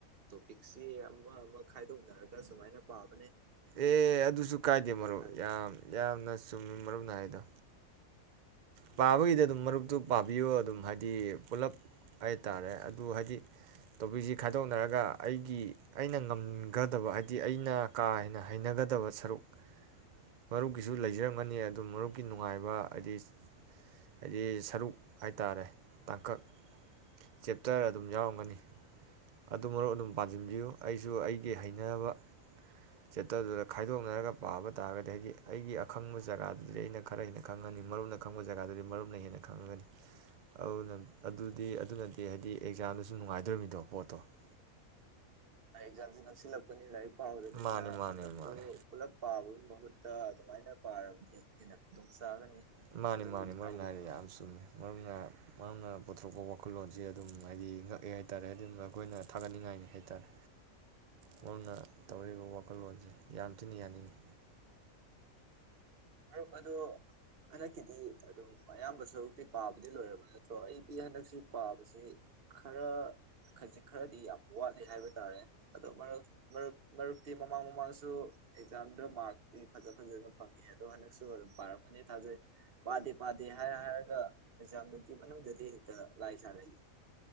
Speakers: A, on the right; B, on the right.
A: ꯇꯣꯄꯤꯛꯁꯤ ꯑꯃ ꯑꯃ ꯈꯥꯏꯗꯣꯛꯅꯔꯒ ꯁꯨꯃꯥꯏꯅ ꯄꯥꯕ
B: ꯑꯦ ꯑꯗꯨꯁꯨ ꯀꯥꯏꯗꯦ ꯃꯔꯨꯞ
A: ꯈꯜꯂꯦ
B: ꯌꯥꯝ ꯌꯥꯝꯅ ꯆꯨꯝꯃꯤ ꯃꯔꯨꯞꯅꯥ ꯍꯥꯏꯗꯣ ꯄꯥꯕꯒꯤꯗꯤ ꯑꯗꯨꯝ ꯃꯔꯨꯞꯇꯨ ꯄꯥꯕꯤꯌꯣ ꯑꯗꯨꯝ ꯍꯥꯏꯗꯤ ꯄꯨꯂꯞ ꯍꯥꯏ ꯇꯥꯔꯦ ꯑꯗꯨ ꯍꯥꯏꯗꯤ ꯇꯣꯄꯤꯛꯁꯤ ꯈꯥꯏꯗꯣꯛꯅꯔꯒ ꯑꯩꯒꯤ ꯑꯩꯅ ꯉꯝꯒꯗꯕ ꯍꯥꯏꯗꯤ ꯑꯩꯅ ꯀꯥ ꯍꯦꯟꯅ ꯍꯩꯅꯒꯗꯕ ꯁꯔꯨꯛ ꯃꯔꯨꯞꯀꯤꯁꯨ ꯂꯩꯖꯔꯝꯒꯅꯤ ꯑꯗꯨ ꯃꯔꯨꯞꯀꯤ ꯅꯨꯡꯉꯥꯏꯕ ꯍꯥꯏꯗꯤ ꯍꯥꯏꯗꯤ ꯁꯔꯨꯛ ꯍꯥꯏꯇꯥꯥꯔꯦ ꯇꯥꯡꯀꯛ ꯆꯦꯞꯇꯔ ꯑꯗꯨꯝ ꯌꯥꯎꯔꯝꯒꯅꯤ ꯑꯗꯨ ꯃꯔꯨꯞ ꯑꯗꯨꯝ ꯄꯥꯟꯁꯤꯟꯕꯤꯌꯨ ꯑꯩꯁꯨ ꯑꯩꯒꯤ ꯍꯩꯅꯔꯕ ꯆꯦꯞꯇꯔꯗꯨꯗ ꯈꯥꯏꯗꯣꯛꯅꯔꯒ ꯄꯥꯕ ꯇꯥꯔꯒꯗꯤ ꯍꯥꯏꯗꯤ ꯑꯩꯒꯤ ꯑꯈꯪꯕ ꯖꯒꯥꯗꯨꯗꯤ ꯑꯩꯅ ꯈꯔ ꯍꯦꯟꯅ ꯈꯪꯉꯅꯤ ꯃꯔꯨꯞꯅ ꯈꯪꯕ ꯖꯒꯥꯗꯨꯗꯤ ꯃꯔꯨꯞꯅ ꯍꯦꯟꯅ ꯈꯪꯉꯒꯅꯤ ꯑꯗꯨꯅ ꯑꯗꯨꯗꯤ ꯑꯗꯨꯅꯗꯤ ꯍꯥꯏꯗꯤ ꯑꯦꯛꯖꯥꯝꯗꯁꯨ ꯅꯨꯡꯉꯥꯏꯗꯣꯃꯤꯗꯣ ꯄꯣꯠ ꯇꯣ
A: ꯑꯦꯛꯖꯥꯝꯁꯤ ꯅꯛꯁꯤꯜꯂꯛꯄꯅꯤ ꯂꯥꯏꯔꯤꯛ ꯄꯥꯍꯗꯕꯅꯤꯅ
B: ꯃꯥꯅꯦ ꯃꯥꯅꯦ
A: ꯃꯇꯝꯗꯨ
B: ꯃꯥꯅꯦ
A: ꯄꯨꯂꯞ ꯄꯥꯕꯒꯤ ꯃꯍꯨꯠ ꯇꯥ ꯑꯗꯨꯃꯥꯏꯅ ꯄꯥꯔꯒꯗꯤ ꯑꯦꯟꯅ ꯈꯨꯗꯣꯡ ꯆꯥꯒꯅꯤ
B: ꯃꯥꯅꯤ
A: ꯑꯗꯨꯒꯤꯗꯤ
B: ꯃꯥꯅꯤ ꯃꯔꯝꯅ
A: ꯍꯥꯏꯕꯅꯤ
B: ꯍꯥꯏꯔꯗꯤ
A: ꯃꯔꯨꯞ
B: ꯌꯥꯝ ꯆꯨꯝꯃꯦ ꯃꯔꯝꯅ ꯃꯔꯝꯅ ꯄꯨꯊꯣꯔꯛꯄ ꯋꯥꯈꯜꯂꯣꯟꯁ ꯑꯗꯨꯝ ꯍꯥꯏꯗꯤ ꯉꯛꯑꯦ ꯍꯥꯏꯇꯥꯔꯦ ꯍꯥꯏꯗꯤ ꯑꯩꯈꯣꯏꯅ ꯊꯥꯒꯠꯅꯤꯡꯉꯥꯏꯅꯤ ꯍꯥꯏꯇꯥꯔꯦ ꯃꯔꯝꯅ ꯇꯧꯔꯤꯕ ꯋꯥꯈꯜꯂꯣꯟꯁꯦ ꯌꯥꯝ ꯊꯤꯅ ꯌꯥꯅꯤꯡꯉꯤ
A: ꯃꯔꯨꯞ ꯑꯗꯣ ꯍꯟꯗꯛꯀꯤꯗꯤ ꯑꯗꯨꯝ ꯑꯌꯥꯝꯕ ꯁꯔꯨꯛꯇꯤ ꯄꯥꯕꯗꯤ ꯂꯣꯏꯔꯕ ꯅꯠꯇ꯭ꯔꯣ ꯑꯩꯗꯤ ꯍꯟꯗꯛꯁꯤ ꯄꯥꯕꯁꯤ ꯈꯔ ꯈꯖꯤꯛ ꯈꯔꯗꯤ ꯌꯥꯝ ꯋꯥꯠꯂꯤ ꯍꯥꯏꯕ ꯇꯥꯔꯦ ꯑꯗꯣ ꯃꯔꯛ ꯃꯔꯨꯞ ꯃꯔꯨꯞꯇꯤ ꯃꯃꯥꯡ ꯃꯃꯥꯡꯁꯨ ꯑꯦꯛꯖꯥꯝꯗ ꯄꯥꯁꯇꯤ ꯐꯖ ꯐꯖꯅ ꯐꯪꯉꯤ ꯑꯗꯣ ꯍꯟꯗꯛꯁꯨ ꯑꯗꯨꯝ ꯄꯥꯔꯝꯃꯅꯤ ꯊꯥꯖꯩ ꯄꯥꯗꯦ ꯄꯥꯗꯦ ꯍꯥꯏꯔ ꯍꯥꯏꯔꯒ ꯑꯦꯛꯖꯥꯝꯗꯨꯒꯤ ꯃꯅꯨꯡꯗꯗꯤ ꯍꯦꯛꯇ ꯂꯥꯏ ꯁꯥꯔꯛꯏ